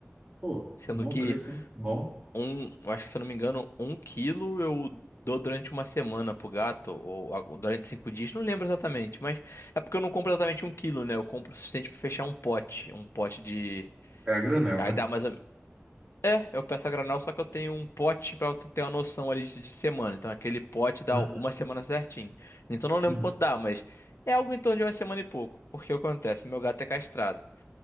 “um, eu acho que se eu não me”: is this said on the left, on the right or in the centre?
Left